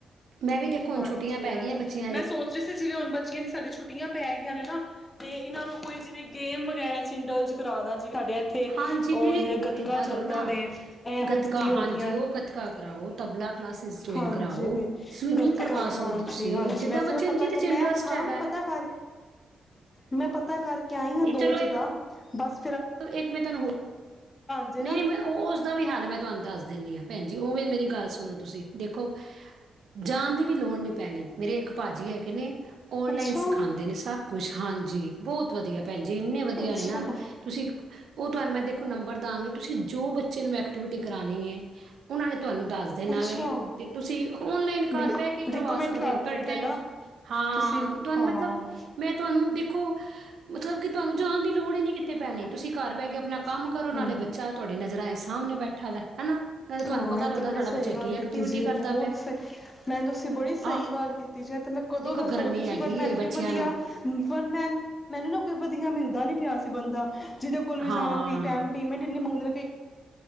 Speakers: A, on the right; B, on the left.
A: ਮੈਂ ਵੀ ਦੇਖੋ ਹੁਨ
B: ਹਾਂਜੀ
A: ਛੁੱਟੀਆਂ ਪੈ
B: ਹਾਂਜੀ
A: ਗਿਆਂ ਬੱਚੇ
B: ਮੈਂ ਸੋਚ ਰੀ ਸੀ ਜਿਵੇਂ ਹੁਨ ਬੱਚਿਆਂ ਦੀ ਸਾਡੀ ਛੁੱਟੀਆਂ ਪੈ ਗਿਆਂ ਨੇ ਨਾ ਤੇ ਇਨਾਂ ਨੂੰ ਕੋਈ ਜਿਵੇਂ ਗੇਮ ਵਗੈਰਾ ਚ ਇੰਡਲਜ ਕਰਾ ਦਾ ਸਾਡੇ ਏਥੇ
A: ਹਾਂਜੀ
B: ਓ
A: ਨਹੀਂ ਨਹੀਂ
B: ਜ ਗੱਤਕਾ
A: ਏਦਾਂ
B: ਚੱਲਦਾ
A: ਕਰੋ ਨਾ
B: ਵੇ ਏਹੋ
A: ਗੱਤਕਾ
B: ਜਿਹੀ
A: ਹਾਂਜੀ
B: ਹੋ ਗਿਆਂ
A: ਉਹ ਗੱਤਕਾ ਕਰਾਓ ਤਬਲਾ ਕਲਾਸਿਸ ਜੁਆਇਨ
B: ਹਾਂਜੀ
A: ਕਰਾਓ ਸਵਿਮਿੰਗ
B: ਗਤਕਾ
A: ਕਰਵਾ ਸਕਦੇ
B: ਹਾਂਜੀ,
A: ਤੁਸੀਂ
B: ਹਾਂਜੀ
A: ਜਿੱਦਾਂ
B: ਵੈਸੇ
A: ਬੱਚੇ
B: ਮੈਂ ਪਤਾ
A: ਨੂੰ ਜਿਹਦੇ ਚ
B: ਮੈਂ
A: ਇੰਟਰਸਟ
B: ਹਾ
A: ਹੈਗਾ
B: ਮੈਂ ਪਤਾ ਕਰ ਮੈਂ ਪਤਾ ਕਰਕੇ ਆਈਂ
A: ਨਹੀਂ
B: ਆ ਦੋ
A: ਚਲੋ
B: ਜਗਾ
A: ਇੱਕ
B: ਬਾਸ
A: ਇੱਕ ਮੈਂ ਤੁਹਾਨੂੰ <unintelligible>
B: ਜੇ
A: ਨਹੀਂ
B: ਨਾ
A: ਨਹੀਂ। ਮੈਂ ਉਸਦਾ ਵੀ ਹਾਲ ਮੈਂ ਤੁਹਾਨੂੰ ਦੱਸ ਦੇਣੀ ਆ ਭੈਣ ਜੀ। ਉਵੇਂ ਮੇਰੀ ਗੱਲ ਸੁਣੋ ਤੁਸੀਂ ਦੇਖੋ ਜਾਣ ਦੀ ਵੀ ਲੋੜ ਨੀ ਪੈਣੀ ਮੇਰੇ ਇੱਕ ਭਾਜੀ ਹੈਗੇ ਨੇ ਔਨਲਾਈਨ
B: ਅੱਛਾ
A: ਸਿਖਾਉਂਦੇ ਨੇ ਸਭ ਕੁਛ ਹਾਂਜੀ ਬਹੁਤ ਵਧੀਆ ਭੈਣ ਜੀ ਇੰਨੇ ਵਧੀਆ
B: ਅੱਛਾ
A: ਨੇ ਨਾ ਤੁਸੀਂ। ਉਹ ਤੁਹਾਨੂੰ ਮੈਂ ਦੇਖੋ ਨੰਬਰ ਦਾਂਗੀ ਤੁਸੀਂ ਜੋ ਬੱਚੇ ਨੂੰ ਮ। ਐਕਟੀਵਿਟੀ ਕਰਾਨੀ ਏ। ਉਹਨਾਂ ਨੇ ਤੁਹਾਨੂੰ ਦੱਸ ਦੇਣਾ
B: ਅੱਛਾ
A: ਵੇ ਤੁਸੀਂ ਓਨਲਾਈਨ ਘਰ
B: ਬਈ
A: ਬਹਿ ਕੇ ਹੀ ਕਰਵਾ
B: ਰਿਕਮੈਂਡ
A: ਸਕਦੇ
B: ਕਰ
A: ਹੋ ਤੁਹਾਡੀ
B: ਦੇਣਗੇ
A: ਟੈਨਸਨ
B: ਨਾ
A: ਹਾਂ
B: ਤੁਸੀਂ
A: ਤੁਹਾਨੂੰ
B: ਹਾਂ
A: ਮਤਲਬ ਮੈਂ ਤੁਹਾਨੂੰ ਦੇਖੋ। <unintelligible> ਜਾਣ ਦੀ ਲੋੜ ਹੀ ਨੀ ਕਿੱਤੇ ਪੈਣੀ। ਤੁਸੀਂ
B: <unintelligible>
A: ਘਰ ਬਹਿ ਕੇ ਆਪਣਾ ਕੰਮ ਕਰੋ ਨਾਲੇ ਬੱਚਾ ਤੁਹਾਡੀ ਨਜ਼ਰਾਂ ਦੇ ਸਾਹਮਣੇ ਬੈਠਾ ਦਾ ਹਨਾ ਨਾਲੇ ਤੁਹਾਨੂੰ
B: ਹਾਂ
A: ਪਤਾ
B: ਇਹ
A: ਲੱਗਦਾ
B: ਤੇ ਬੜੀ
A: ਸਾਡਾ
B: ਸਹੀ
A: ਬੱਚਾ
B: ਗੱਲ
A: ਕੀ ਐਕਟੀਵਿਟੀ
B: ਕੀਤੀ ਸੀ
A: ਕਰਦਾ
B: ਬਹੁਤ
A: ਪਿਆ
B: ਸਹੀ ਮੈਂ ਦੱਸੀ ਬੜੀ ਸਹੀ
A: ਆ
B: ਗੱਲ ਕੀਤੀ ਜੀ ਤੇ ਮੈਂ ਕਦੋਂ
A: ਦੇਖੋ
B: ਦਾ
A: ਗਰਮੀ
B: ਸੋਚ ਰਹੀ
A: ਹੈਗੀ
B: ਸੀ ਪਰ ਮੈਨੂੰ
A: ਏ ਬੱਚਿਆਂ
B: ਕੋਈ ਵਧੀਆ
A: ਨੂੰ
B: ਪਰ ਮੈ ਮੈਨੂੰ ਨਾ ਕੋਈ ਵਧੀਆ ਮਿਲਦਾ ਨੀ। <unintelligible> ਜਿਹ ਕੋਲ ਵੀ
A: ਹਾਂ।
B: ਜਾਵਾਂ ਕੋਈ <unintelligible> ਪੇਮੈਂਟ ਇੰਨੀ ਮੰਗਦੇ